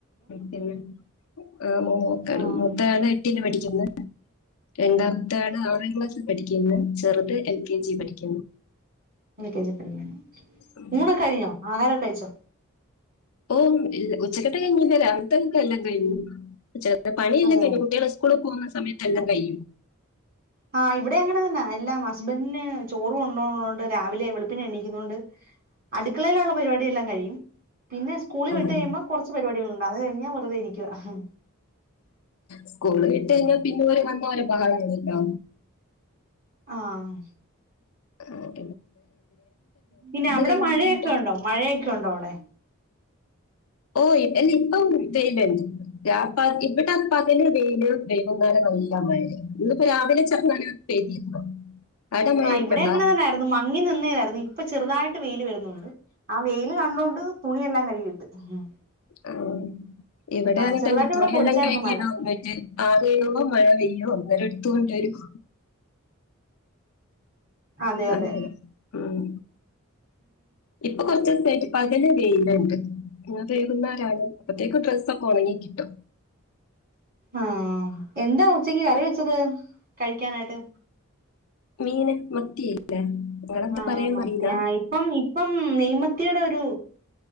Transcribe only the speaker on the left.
പിന്നെോക്ക
മൂത്താണ് എട്ടിന് പഠിക്ക രണ്ടാമത്തെ ആട് ആ ക്ലാസ്സിൽ പഠിക്കുന്നത് ചെറുത് എം കെ ജി പഠിക്കുന്നു
ഉം.
ഓ ഉച്ചക്കെട്ട കഴഞ്ഞില്ല രാവത്തത്തെക്കെ എല്ലാം കഴു അ പണ ഇല്ല
ക കുട്ടികള സ്കൂിൽ പോക സമയത്തെല്ലാംകയിയും
ഉം.
സ്കൂള് വിട്ട്കഴിഞ്ഞ പിന്നോര് വന്നലൊരു പാടണ്ട്ട്ടാ
ആ <inaudible>
കഴിഞ്ഞാൽ
പിന്നെ
ഓ അല്ലിപ്പം വെയിലണ്ട് <unintelligible> ഇവിടെ പകല് വെയില് വൈകുന്നേരം നല്ലമഴയും ഇന്നിപ്പോ രാവിലെ ചെറ്ക്കനെ പെയ്തിരുന്നു അവിടെ മഴയൊക്കെ
ഉണ്ടോ
ആ ഇവിടേങ്ങനെതന്നെ
തുണിയെല്ലാം
കഴുകിയിടാൻ
<unintelligible> ആറെയോ മഴപെയ്യോ അന്നേരം എടുത്തോണ്ട്വരും
അങ്ങനെ ഉം ഇപ്പൊക്കൊറച് പകല് വെയിലണ്ട് <inaudible> അപ്പത്തേക്ക് ഡ്രസ്സൊക്കൊണങ്ങിക്കിട്ടും
മീന് മത്തിയില്ലേ നിങ്ങളെന്താ
പറയാന്ന്
അറിയില്ല